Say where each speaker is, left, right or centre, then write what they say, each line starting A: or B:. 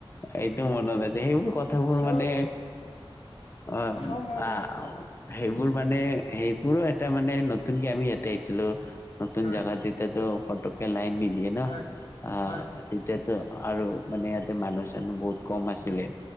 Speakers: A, on the left; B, on the left.
A: এইটো মনত আছে সেইবোৰ কথাবোৰ
B: চ'
A: মানে অ'
B: চ' মই
A: সেইবোৰ মানে সেইবোৰো এটা মানে নতুনকে আমি ইয়াতে আহিছিলো নতুন
B: হয়
A: জেগাত এতিয়া ফটকে লাইন নিদিয়ে ন,
B: হয়
A: আহ
B: হয়
A: তেতিয়াতো আৰু মানে এ মানুহ চানুহ বহুত কম আছিলে